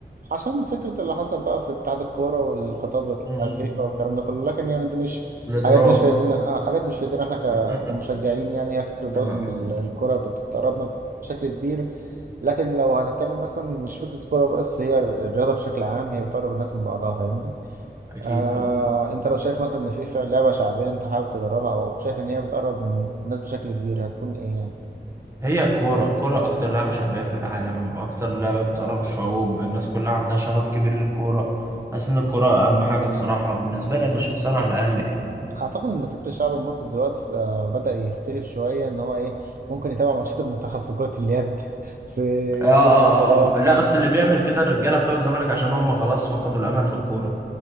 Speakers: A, on the right; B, on the right.
A: عشان فكرة اللي حصل بقى في اتحاد الكورة والخطاب بتاع
B: مم.
A: الفيفا والكلام ده كله لكن يعني دي مش
B: الادراج
A: حاجات مش في ايدينا آه، حاجات مش في ايدينا احنا ك-
B: <laughs>
A: كمشجعين يعني هي فكرة برضو
B: اه
A: ان ال- الكورة بت- بتقربنا بشكل كبير لكن لو هنتكلم مثلا مش فكرة كورة بس هي الرياضة بشكل عام هي بتقرب الناس من بعضها فاهمني
B: اكيد
A: آه
B: طبعا
A: انت لو شايف مثلا ان في فعلا لعبة شعبية انت حابب تجربها او شايف ان هي بتقرب من الناس بشكل كبير هتكون ايه يعني
B: هي الكوره الكوره اكتر لعبه شعبيه في العالم اكتر لعبه بتقرب الشعوب الناس كلها عندها شغف كبير للكوره حاسس ان الكوره اهم حاجه بصراحه بالنسبه لي انا شخصيا على الاقل يعني
A: اعتقد ان فكر الشعب المصري دلوقتي آه، بدأ يختلف شويه ان هو ايه ممكن يتابع ماتشات المنتخب في كره اليد <laughs> في
B: اه اه
A: كره الصالات
B: اه م- لا بس اللي بيعمل كده الرجاله بتوع الزمالك عشان هم خلاص فقدوا الامل في الكوره